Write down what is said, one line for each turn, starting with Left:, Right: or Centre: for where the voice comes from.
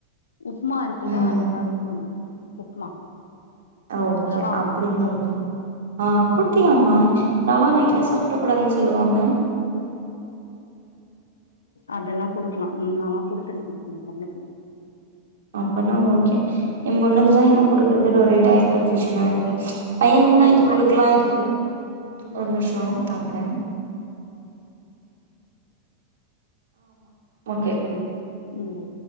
Left: உப்புமா இருக்கு இல்ல
Right: ம்
Left: அது அத குடுங்க உப் உப்மா
Right: ஓகே
Left: ரவா உப்மா
Right: அப்டி இந்தா ஓகே ஆ குட்டி
Left: ம்
Right: அம்மா ரவா நைட்ல சாப்பட கூடாதுன்னு சொல்லுவாங்க
Left: அதெல்லாம் குடுக்கலாம் ம் நாலா குடுத்துருக்கேன் இப்ப என் பொண்ணுக்கு
Right: அப்பனா ஓகே என் பொண்ணுக்குதான் இன்னும் குடுக்கறதுல ஒரே டயட் கன்பியூனா இருக் பையனுக்குன்னா
Left: ம் டைம்
Right: இது குடுக்கலா
Left: ஆயிடுச்சு போல
Right: இது குடுக் ஒரு
Left: ம்
Right: நிம்ஷோ பாக் வர ஓகே
Left: ம் ம்